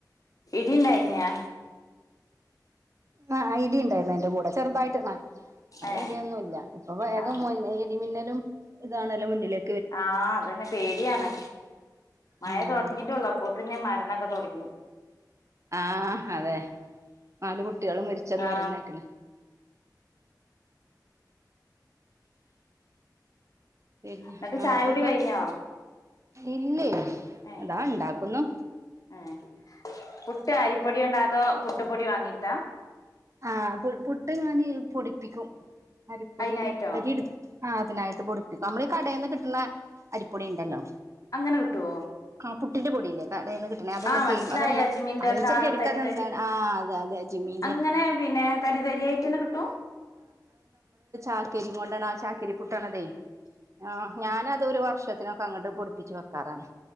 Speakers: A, on the left (about 50°); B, on the right (about 45°).
A: ഇടിയിണ്ടായിനയാ
B: ആ ഇടി ഉണ്ടായിരുന്നു അയിൻ്റെ കൂടെ ചെറുതായിട്ട് നൽ നല്ല
A: ഏ
B: ഇടിയൊന്നൂല്ല ഇപ്പ വേഗം
A: ആ
B: മ് ഇടിമിന്നലും ഇതാണല്ലോ മുന്നില്
A: ആഹ് അതന്നെ പേടിയാണ് മഴ
B: ആഹ്
A: തൊടങ്ങീട്ടുള്ളു അപ്പൊ തന്നെ മരണ <unintelligible>
B: ആഹ് അതെ നാല് കുട് കുട്ട്യേള് മരിച്ചത്
A: ആ
B: പറയുന്ന കേക്കണ് പിന്നെ
A: ന്നിട്ട്
B: വേറെന്താ?
A: ചായ കുടി കഴിഞ്ഞോ
B: ഇല്ലേ
A: ഏ
B: ഇതാ ഇണ്ടാക്കുന്നു
A: ഏ പുട്ട് അരിപ്പൊടി കൊണ്ട അതോ പുട്ടുപൊടി വാങ്ങിട്ടാ?
B: ആഹ് പു പുട്ട് ഞാൻ പൊടിപ്പിക്കും അരിപ്പൊടി
A: അതിനായിട്ടോ
B: അരി എടുക്കും ആ അതിനായിട്ട് പൊടിപ്പിക്കും നമ്മളീ കടേന്ന് കിട്ടണ അരിപ്പൊടി ഇണ്ടല്ലോ
A: അങ്ങനെ കിട്ടുവോ
B: ആ പുട്ടിന്റെ പൊടില്ലേ കടേന്ന് കിട്ടണ അതന്നെ
A: ആ മനസ്സിലായി
B: സെയിം അതെന്താ
A: അജ്മിന്റെ
B: അത്
A: ഒക്കെ
B: <unintelligible>
A: ആ തരി തരി
B: ആ ആ അതെ അജ്മിന്റെ
A: അങ്ങനെ പിന്നെ തരി തരിയിട്ടെന്നെ കിട്ടൂം
B: ചാക്കരി കൊണ്ടാണത് ആ ചാക്കരി പുട്ടാണതെ ആ ഞാനതൊരു വർഷത്തിനൊക്കെ അങ്ങട്ട് പൊടിപ്പിച്ച് വെക്കാറാണ്